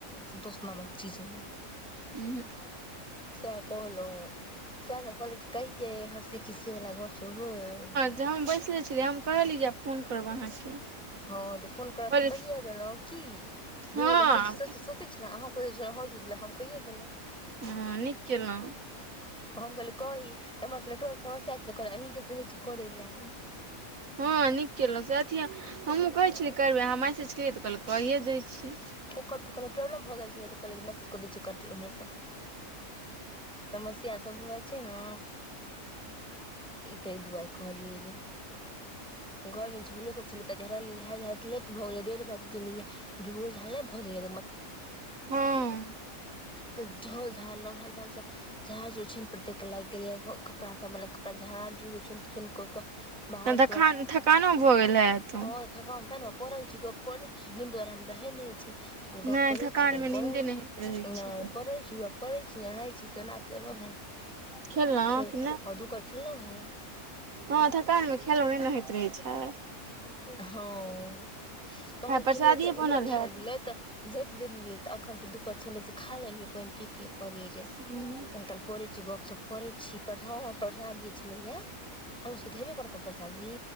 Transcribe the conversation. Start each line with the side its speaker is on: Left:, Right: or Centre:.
Centre: संतोष नामक चीज नै।
Right: उहूं।
Centre: सैह कहलहुँ सैह, तऽ कहलियै जे कहिए हँसी खिसी बला कतो होई।
Right: जाह हम बैसले छलियै, हम कहलिये जे आब फोन करब अहाँके।
Centre: हँ तऽ फोन करब
Right: कहलियै
Centre: तऽ कइए देलहुं की, दुनू
Right: हँ
Centre: गोटा सोची- सोच -सोच- सोच अहाँ सोचय छलहुंँ, हम सोचै छलहुँ, हम कइयै देलहुँ।
Right: हँ नीक केलहुँ।
Centre: हम कहलियै कही एम्हर से नेटवर्कके समस्या छलय, कहलियै अहींके कहय छी करय लै।
Right: हँ नीक केलहुँ से अथिये, हमहूँ कहैत छलिये करबै, अहाँ मैसेज केलियै तऽ कहल कऽ ए दै छी।
Centre: कतऽ कोनो प्रॉब्लम भऽ गेल छलै, तऽ कहलियै मैसेज कऽ दय करथिन उम्हरे सँ। समस्या सब भऽ जाय छै ने, तै दुआर कहलियै जे घर मे झूलो सब छलै तऽ लेट भऽ गेलै, डेढ़ बाइज गेलियै, झोल झाल नै भऽ जाइए।
Right: हँ
Centre: तऽ झोल झारलहुं हें तहन से झाड़ जे छै नै <unintelligible> लाएग गेल यै, घर में कपड़ा सबमें कपड़ा झार झुर किचन-तिचन क कै बाहर
Right: तहन तऽ
Centre: से
Right: खान थकानो भऽ गेल हैत।
Centre: अ थकान तैँ नै वैह पड़ल छी, गप करय छी, निन्दो आराम तऽ हय नै छै, गप
Right: नहि
Centre: करय
Right: थकान
Centre: छी कनि
Right: मे
Centre: पड़ल
Right: नीन्दे नहि
Centre: छी,
Right: होइत रहै
Centre: नै
Right: छै
Centre: पड़ल छी गप करय छी, नहाय छी सोना के ऐलौं हें
Right: खेलहुँ
Centre: खेल
Right: कि
Centre: आ दु कौर खेलौं हें।
Right: हां थकान मे खाएलो नय नै होएत रहय छै।
Centre: हां तहन
Right: आ प्रसादिये
Centre: खेलियै तऽ
Right: बनल
Centre: नै खैल
Right: हैत
Centre: भेलय तऽ झैप देलियै तऽ अखन फेर दु कर छलै से खा लेलियै पैन पी के कहलियै जे
Right: हूँ
Centre: कनिकाल करय छीयै गप-सप करय छीयै पठ हां पठा धी छलय यै अहु सबके त हेबे करत नै प्रसादी